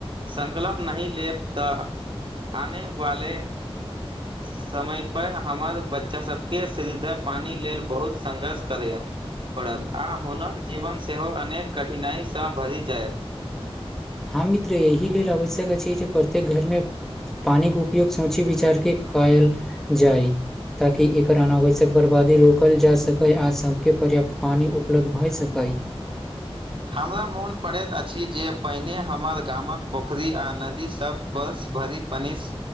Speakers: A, on the right; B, in the centre.
A: संकलप नहि लेब तऽ आने वाले समय पै हमर बच्चा सबके शिध पानि लेल बहुत संघर्ष करैय पड़त आ हुनक जीबन सेहो अनेक कठिनाइ सँ भरि जायत।
B: हाँ मित्र एहि लेल आवश्यक अछि जे प्रत्येक घरमे पानिक उप उपयोग सोची विचार के कयल जाय। ताकि एकर अनावश्यक बर्बादी रोकल जा सकइ आ सबके पर्याप्त पानि उपलब्ध भए सकइ।
A: हमरा मोन पड़ैत अछि जे पहिने हमर गामक पोखरि आ नदी सब बर्स भरि पनिस